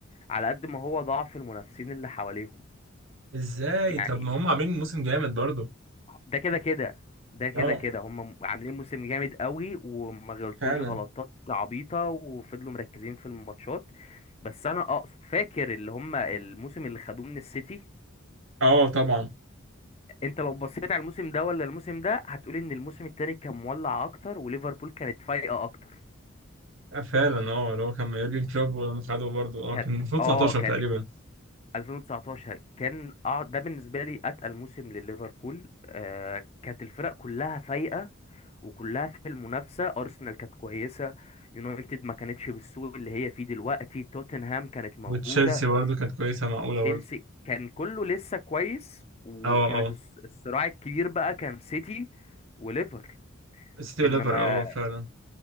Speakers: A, on the left; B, on the right.
A: على قد ما هو ضعف المنافسين اللي حواليهم
B: ازاي؟
A: يعني
B: طب ما هم عاملين موسم جامد برضو
A: ده كده كده ده كده
B: اه
A: كده هم عاملين موسم جامد قوي وما غلطوش
B: فعلا
A: غلطات عبيطة وفضلوا مركزين في الماتشات بس انا اقصد فاكر اللي هم الموسم اللي خدوه من السيتي
B: اه طبعا
A: انت لو بصيت على الموسم ده ولا الموسم ده هتقول ان الموسم التاني كان مولع اكتر وليفربول كانت فايقة اكتر
B: آه، فعلا اه اللي هو كان مع يورجن كلوب ولما خدوا برضو اه
A: كانت
B: كان المفروض
A: اه
B: 19
A: كان
B: تقريبا
A: 2019 كان اه ده بالنسبة لي اتقل موسم لليفربول آه كانت الفرق كلها فايقة وكلها في المنافسة أرسنال كانت كويسة يونايتد ما كانتش بالسوء اللي هي فيه دلوقتي توتنهام كانت موجودة
B: وتشيلسي برضو كانت كويسه معقوله
A: وتشيلسي
B: برضو
A: كان كله لسه كويس وكانت
B: اه اه
A: الص- الصراع الكبير بقى كان سيتي وليفر
B: السيتي وليفر
A: انما
B: اه فعلا